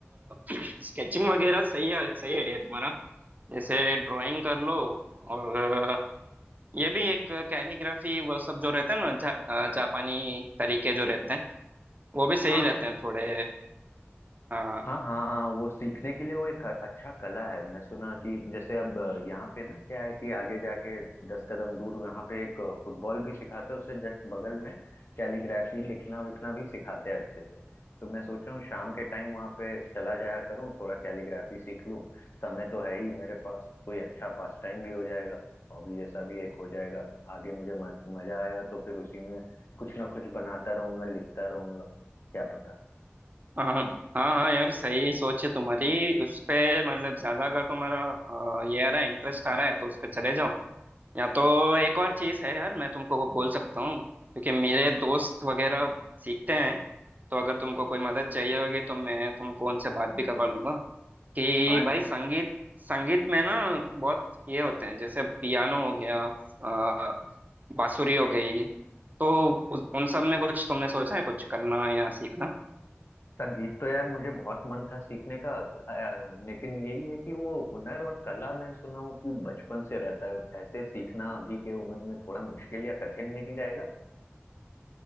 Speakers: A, on the right; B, on the left.
A: स्केचिंग <clears throat> वगैरह सही है सही आइडिया है तुम्हारा जैसे ड्राइंग कर लो और ये भी एक कैलीग्राफी वो सब जो रहते हैं ना जा, अ, जापानी तरीके जो रहते हैं वो भी सही
B: हाँ
A: रहते हैं थोड़े हाँ
B: हाँ हाँ हाँ वो सीखने के लिए वो एक अच्छा कला है मैं सुना कि जैसे अब अ, यहाँ पे ना क्या है कि आगे जाके दस कदम दूर यहाँ पे एक अ, फुटबॉल भी सिखाते हैं उससे जस्ट बगल में कैलीग्राफी लिखना विखना भी सिखाते हैं अच्छे से तो मैं सोच रहा हूँ शाम के टाइम वहाँ पे चला जाया करूँ थोड़ा कैलीग्राफी सीख लूँ समय तो है ही मेरे पास कोई अच्छा पास टाइम भी हो जाएगा हॉबी जैसा भी एक हो जाएगा आगे मुझे म, मजा आया तो फिर उसी में कुछ ना कुछ बनाता रहूंगा लिखता रहूंगा क्या पता
A: हाँ हाँ हाँ यार सही सोच है तुम्हारी उस पे मतलब ज्यादा अगर तुम्हारा अ, ये आ रहा है इंटरेस्ट आ रहा है तो उस पे चले जाओ या तो एक और चीज है यार मैं तुमको बोल सकता हूँ क्योंकि मेरे दोस्त वगैरह सीखते हैं तो अगर तुमको कोई मदद चाहिए होगी तो मैं तुमको उनसे बात भी करवा लूंगा कि
B: हाँ
A: भाई संगीत संगीत में ना बहुत ये होते हैं जैसे पियानो हो गया अ, बांसुरी हो गई तो उस- उन सब में कुछ तुमने सोचा है कुछ करना या सीखना
B: संगीत तो यार मुझे बहुत मन था सीखने का अ, लेकिन यही है कि वो हुनर और कला मैं सुना हूँ कि बचपन से रहता है ऐसे सीखना अभी के उम्र में थोड़ा मुश्किल या कठिन नहीं रहेगा